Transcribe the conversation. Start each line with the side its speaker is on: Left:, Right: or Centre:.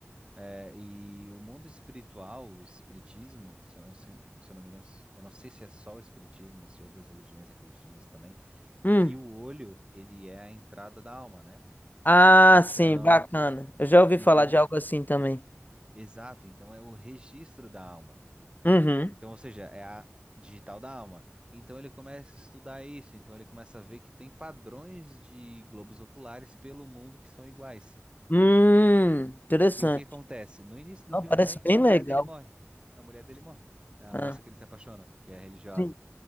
Right: É, e o mundo espiritual, o espiritismo, se eu, não- se, se eu não me engano, se- eu não sei se é só o espiritismo ou se outras religiões acreditam nisso também,
Left: Uhum.
Right: que o olho, ele é a entrada da alma, né?
Left: Ah,
Right: Então,
Left: sim, bacana. Eu já ouvi
Right: então,
Left: falar de algo assim também.
Right: exato, então é o registro da alma.
Left: Uhum.
Right: Então, ou seja, é a digital da alma. Então ele começa a estudar isso, então ele começa a ver que tem padrões de globos oculares pelo mundo que são iguais.
Left: Hum, interessante.
Right: E o que acontece? No início do
Left: Não,
Right: filme
Left: parece
Right: também,
Left: bem
Right: a
Left: legal.
Right: mulher dele morre. A mulher dele morre. A
Left: Ah,
Right: moça que ele se apaixona, que é religiosa.
Left: sim.